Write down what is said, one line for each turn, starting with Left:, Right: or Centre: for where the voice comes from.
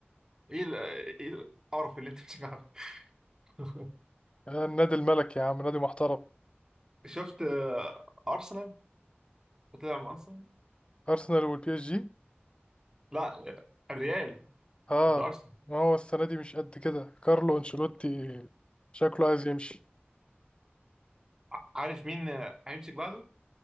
Right: ايه ال- ايه القرف اللي انت بتشجعه ده؟ <laughs>
Left: آه النادي الملك يا عم نادي محترم
Right: شفت آه، ارسنال طلع مع ارسنال
Left: أرسنال والبي اس جي
Right: لا آه، الريال
Left: اه
Right: ده ارسنال
Left: ما هو السنة دي مش قد كده كارلو أنشيلوتي شكله عايز يمشي
Right: ع- عارف مين آه، هيمسك بعده